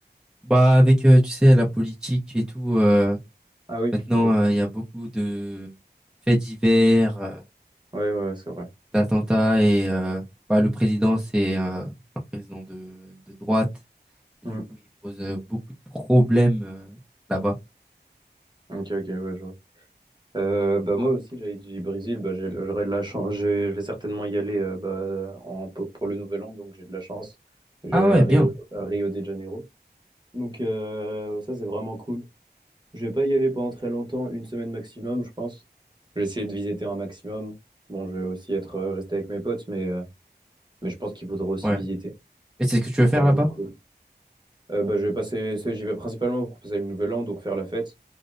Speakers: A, in the centre; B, on the right.
A: Bah, avec, euh, tu sais, la politique et tout, euh,
B: Ah oui,
A: maintenant,
B: ok.
A: euh, il y a beaucoup de faits divers, euh,
B: Ouais, ouais, ouais, c'est vrai.
A: d'attentats, et euh, bah, le président, c'est euh, un président de, de droite, et
B: Hmm.
A: du coup, il pose euh, beaucoup de problèmes euh, là-bas.
B: Ok, ok, ouais, je vois. Euh, bah moi aussi j'avais dit Brésil bah j'ai- j'aurais de la chance j'ai- je vais certainement y aller euh, bah en, pour pour le nouvel an donc j'ai de la chance je
A: Ah
B: vais aller
A: ouais,
B: à Rio,
A: bien,
B: à Rio de Janeiro donc euh, ça c'est vraiment cool je vais pas y aller pendant très longtemps une semaine maximum je pense je vais essayer de visiter un maximum bon je vais aussi être euh, resté avec mes potes mais euh, Mais je pense qu'il faudra aussi
A: ouais.
B: visiter.
A: Et c'est ce que tu
B: Ça
A: veux
B: sera
A: faire là-bas?
B: vraiment cool. Euh, bah, je vais passer, c'est- j'y vais principalement pour passer le nouvel an, donc faire la fête.